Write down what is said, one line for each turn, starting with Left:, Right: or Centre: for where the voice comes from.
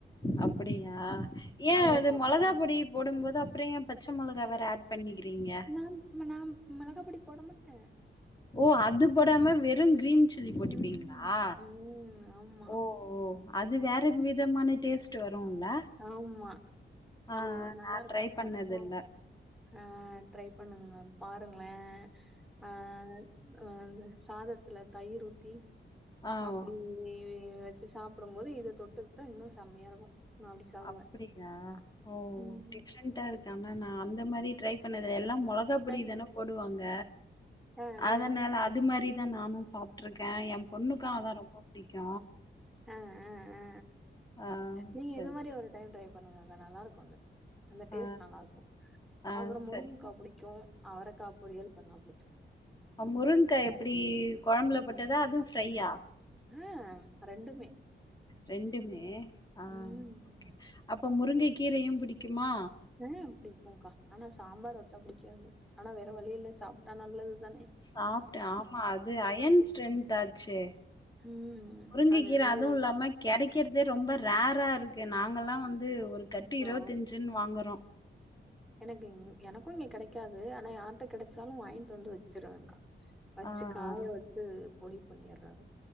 Left: அப்பிடியா ஏ
Centre: அத
Left: அது
Centre: சாப்டலா
Left: மொளகா பொடி போடம்போது அப்புற ஏ பச்ச மொளகா வேற ஆட் பண்ணிக்கிறீங்க
Centre: நாம் நாம் மிளகா பொடி போட மாட்டே
Left: ஓ அது போடாம வெறு கிரீன் சு சொல்லி போட்டுப்பீங்களா
Centre: ம் ம் ஆமா
Left: ஓ ஓ அது வேற விதமான டேஸ்ட் வருல்ல
Centre: ஆமா அது
Left: ஆ
Centre: நல்லாருக்கு
Left: நா ட்ரை பண்ணதில்ல
Centre: அதுக்கு அ ட்ரை பண்ணுங்ளே பாருங்களே ஆ அ சாதத்துல தயிர் ஊத்தி
Left: ஆ
Centre: அப்டி
Left: ஓ
Centre: வச்சு சாப் புடும்போது இத தொட்டுக்டா இன்னு செம்மையா இருக்கு நா அப்டி சாப்டுவே
Left: அப்டியா ஓ
Centre: ம்
Left: டிப்ரெண்டா இருக்கு ஆனா நா அந்த மாரி ட்ரை பண்ணதுல்ல எல்லா மொளகாப்பொடி
Centre: அ
Left: தான போடுவாங்க
Centre: அ அ
Left: அதனால அது மாரி தா நானு சாப்ருக்க என் பொண்ணுக்கு அதான் ரொம்ப புடிக்கு
Centre: அ அ அ
Left: ஆ
Centre: நீங்க
Left: சரி
Centre: இது மாரி ஒரு டைம் ட்ரை பண்ணுங்க அக்கா நல்லாருக்கு அது அந்த டேஸ்ட்
Left: ஆ
Centre: நல்லாருக்கு
Left: ஆ
Centre: அப்றோ முருங்கக்கா
Left: சரி
Centre: புடிக்கு அவரக்கா பொரியல் பண்ணா புடிக்கு
Left: முருங்கா எப்டி கொழம்புல போட்டதா அதுவு ஃப்ரையா
Centre: அ ரெண்டுமே
Left: ரெண்டுமே ஆ
Centre: ம்
Left: ஓகே அப்ப முருங்க கீரையு பிடிக்குமா
Centre: ம் பிடிக்குக்கா ஆனா சாம்பார் வச்சா பிடிக்காது ஆனா வேற வழி இல்ல சாப்ட்டா நல்லது தான
Left: சாப்ட்ட ஆமா அது அயன் ஸ்ட்ரென்த் ஆச்சே
Centre: ம்.
Left: முருங்க
Centre: அது
Left: கீர
Centre: வந்து
Left: அதுவு இல்லாம கெடைக்கற்தே ரொம்ப ரேர்ரா இருக்கு நாங்கலா வந்து ஒரு கட்டி
Centre: அச்சோ!
Left: இருவத்தஞ்சுன் வாங்கறோ
Centre: எனக் இங் எனக்கு இங்க கெடைக்காது ஆனா யார்ட்ட கெடச்சாலு வாங்கிட்டு வந்து வச்சிருவங்க்கா வச்சு
Left: ஆ
Centre: காய
Left: ஆ
Centre: வச்சு பொடி பண்ணிட்றாரு